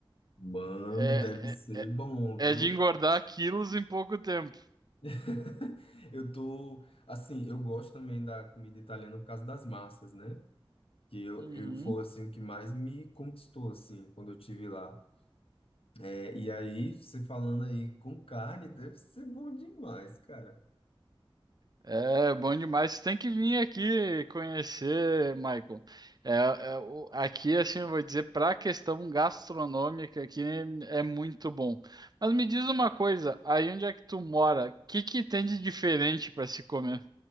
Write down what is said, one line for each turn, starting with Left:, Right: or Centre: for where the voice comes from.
Left: Mano,
Right: é,
Left: deve ser
Right: é, é
Left: bom,
Right: é
Left: viu?
Right: de engordar quilos em pouco tempo.
Left: <laughs> Eu tô, assim, eu gosto também da comida italiana por causa das massas, né? que eu,
Right: Uhum.
Left: eu foi assim o que mais me conquistou assim quando eu tive lá. É, e aí você falando aí com carne deve ser bom demais, cara.
Right: É bom demais. Você tem que vir aqui conhecer, Michael. É, é, o- aqui, assim, eu vou dizer, para a questão gastronômica, aqui é muito bom. Mas me diz uma coisa, aí onde é que tu mora? O que que tem de diferente para se comer?